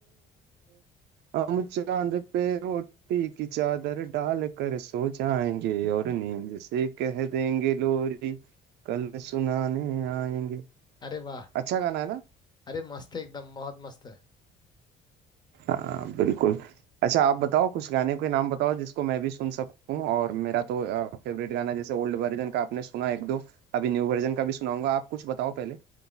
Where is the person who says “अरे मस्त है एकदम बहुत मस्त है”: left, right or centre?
Left